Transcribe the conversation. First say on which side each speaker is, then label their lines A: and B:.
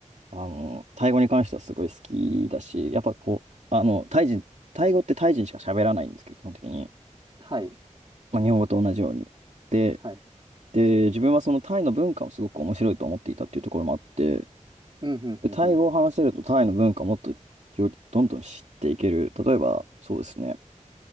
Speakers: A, on the right (about 65°); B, on the right (about 40°).
A: あの、タイ語に関してはすごい好きだし、やっぱこう、あの、タイ人、タイ語ってタイ人しか喋らないんですけど、基本的に。
B: はい。
A: まあ、日本語と同じように。で、
B: はい。
A: で、自分はそのタイの文化もすごく面白いと思っていたっていうところもあって、
B: うん、うん、
A: で、
B: うん、
A: タイ語を話せるとタイの文化をもっとよりどんどん知っていける。
B: うん。
A: 例えば、そうですね。